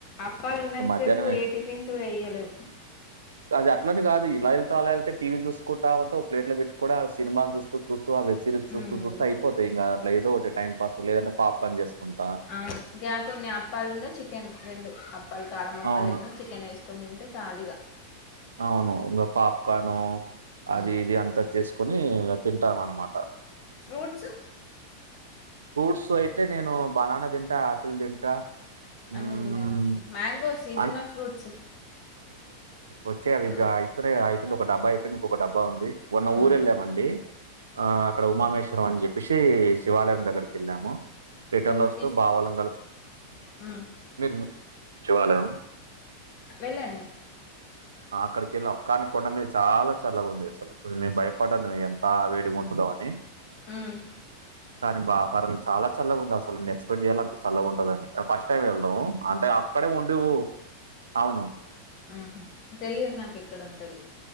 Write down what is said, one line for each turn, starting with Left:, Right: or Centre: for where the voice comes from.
Left: అప్పాలు ఉన్నంతసేపు
Right: మధ్యాహ్నమే
Left: టిఫిన్స్ కూడా చేయలే
Right: అది అట్లని కాదు ఇలా వెళ్తే అలా వెళ్తే టీవీ చూసుకుంటా ఉంటే ప్లేట్ లో పెట్టుకంట సినిమా చూస్తూ చూ సిరీస్ చూస్తూ
Left: మ్మ్
Right: చూస్తే అయిపోతయి ఇంకా అట్లా ఏదో ఒకటి టైం పాస్ లేదంటే పాప్ కార్న్ చేసుకుంటూ
Left: అవును ఇ కొన్ని అప్పాలున్నా చికెన్ రెండు అప్పాలు కారం అప్పాలున్న
Right: అవును.
Left: చికెన్ వేస్ కొనీ తింటే చాలిగా
Right: అవును ఇంకా పాప్కార్ను
Left: మ్మ్
Right: అది ఇది అంతా చేసుకొని అని తింటాం అన్నమాట
Left: ఫ్రూట్స్
Right: ఫ్రూట్స్ అయితే నేను బనానా తింటా ఆపిల్ తింటా హ్మ్.
Left: అన్ని తినారా మ్యాంగో సీజనల్
Right: అన్
Left: ఫ్రూట్స్
Right: వచ్చే అవియినే
Left: మ్మ్
Right: అయిపోయింది ఒక డబ్బా అయిపోయింది ఇంకొక డబ్బా ఉంది మోన్న
Left: హ్మ్
Right: ఊరు వెళ్ళామండి ఆ అక్కడ ఉమామేశ్వ అని చెప్పేసి శివాలయం దగ్గరకి వెళ్ళాము థయటర్
Left: కొన్ని
Right: లో వస్తూ
Left: తీస్
Right: బావళం కలుస్త
Left: హ్మ్
Right: మీరు వెళ్ళలేదా
Left: వెళ్ళాను
Right: అక్కడికి వెళ్ళాం కానీ కొండ మీద చాలా చల్లగా ఉంది అసలు మేము భయపడ్డాను ఎంత వేడిగా ఉంటదో అని
Left: హ్మ్
Right: కానీ బా పర్లే చాలా చల్లగా ఉంది అసలు నేను ఎక్స్పెక్ట్ చేయలే అంత చల్లగా ఉంటదని ఫస్ట్ టైం వెళ్ళడం అంటే అక్కడే ఉండి అవును
Left: ఆహ తెలియదు నాకు ఇక్కడ ఉంటడో